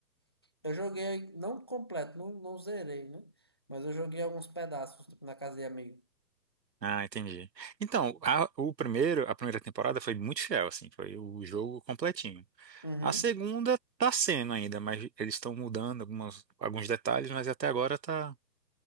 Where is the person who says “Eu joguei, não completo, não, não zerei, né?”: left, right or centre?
Left